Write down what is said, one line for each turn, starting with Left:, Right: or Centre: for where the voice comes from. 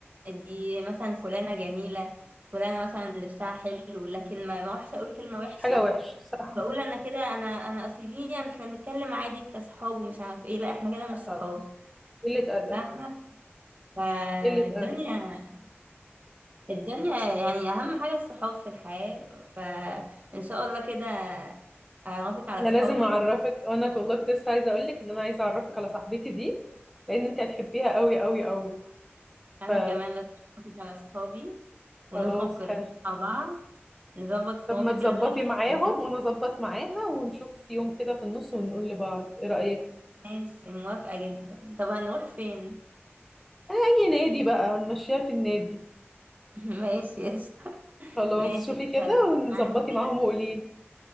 Right: دي مثلا فلانة جميلة فلانة مثلا لبسها حلو لكن ما ما وحشة اقول كلمة
Centre: مش
Right: وحشة
Centre: حاجه وحشه صح
Right: بقول انا كده انا انا اصل دي يعني احنا بنتكلم عادي كصحاب ومش عارف ايه لا احنا كده مش صحاب
Centre: طبعا قله ادب
Right: فاهمة فالدنيا
Centre: قله ادب
Right: الدنيا يعني أهم حاجة الصحاب في الحياة فإن شاء الله كده أعرفك على
Centre: انا لازم
Right: صحابي
Centre: اعرفك وانا والله كنت لسه عايزه اقول لك ان انا عايزه اعرفك على صاحبتي دي لان انت هتحبيها قوي قوي قوي
Right: أنا
Centre: ف
Right: كمان لازم أعرفك على صحابي ونخرج
Centre: خلاص
Right: كلنا
Centre: حلو
Right: مع بعض نظبط خروجة
Centre: طب ما تظبطي
Right: كده زي اللي
Centre: معاهم
Right: اتكلمناها
Centre: وانا اظبط معاها ونشوف يوم كده في النص ونقول لبعض ايه رايك
Right: ماشي موافقة جدا طب هنروح فين؟
Centre: اي نادي بقى هنمشيها في النادي
Right: <laughs> ماشي قشطة
Centre: خلاص
Right: ماشي
Centre: شوفي كده
Right: هظبط
Centre: ونظبطي
Right: معاهم كده
Centre: معاهم وقولي لي